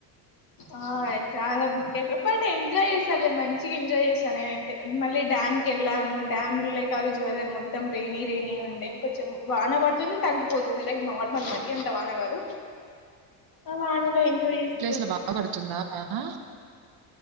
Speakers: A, on the left; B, on the right.
A: ఆ చాలా బుక్ అయిపోయి బట్ ఎంజాయ్ చేసాల మంచిగా ఎంజాయ్ చేసాను నేనైతే మళ్ళీ డ్యామ్కి వెళ్ళాము డ్యామ్ లో లైక్ ఆ రోజు వెదర్ మొత్తం రెనీ రెనీ ఉండే కొంచెం బాగా పడుతుంది తగ్గిపోతుంది లైక్ నార్మల్ మరీ అంత బాగా కాదు ఆ వానలో ఎంజోయ్ చేసి
B: సు లో బాగా పడుతుందా అనా